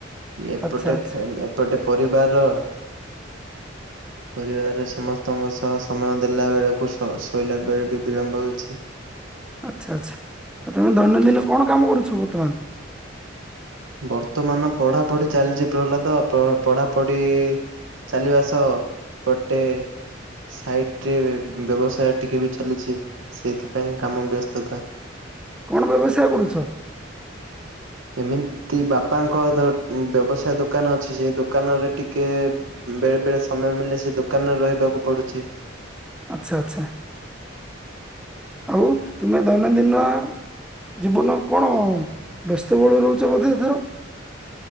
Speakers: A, on the right; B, in the centre.
A: ଏପଟେ
B: ଆଚ୍ଛା ଆଚ୍ଛା।
A: ଫେ ଏପଟେ ପରିବାରର।
B: <unintelligible>
A: ପରିବାରରେ ସମସ୍ତଙ୍କ ସହ ସମୟ ଦେଲା ବେଳକୁ ଶ୍ ଶୋଇଲା ବେଳେ ବି ବିଳମ୍ବ ହେଉଛି।
B: ଆଛା ଆଛା ଆ ତମେ ଦୈନଦିନ କଣ କାମ କରୁଛ ବର୍ତ୍ତମାନ?
A: ବର୍ତ୍ତମାନ ପଢାପଢି ଚାଲିଛି ପ୍ରହ୍ଲାଦ ପ ପଢାପଢି। ଚାଲିବା ସହ ପଟେ। ସାଇଟ ରେ ବ୍ୟବସାୟ ଟିକେ ବି ଚାଲିଛି ସେଇଥିପାଇଁ କାମ ବ୍ୟସ୍ତତା।
B: କଣ ବ୍ୟବସାୟ କରୁଛ?
A: ଏମିତି ବାପାଙ୍କ ବ୍ୟବସାୟ ଦୋକାନ ଅଛି ସେଇ ଦୋକାନରେ ଟିକେ। ବେଳେ ବେଳେ ସମୟ ମିିଲେ ସେ ଦୋକାନରେ ରହିବାକୁ ପଡୁଛି।
B: ଆଛା ଆଛା ଆଉ ତୁମେ। ଦୈନନ୍ଦିନ ଜୀବନ କଣ ବ୍ୟସ୍ତବହୁଳ ରହୁଛ ବୋଧେ ଏଥର।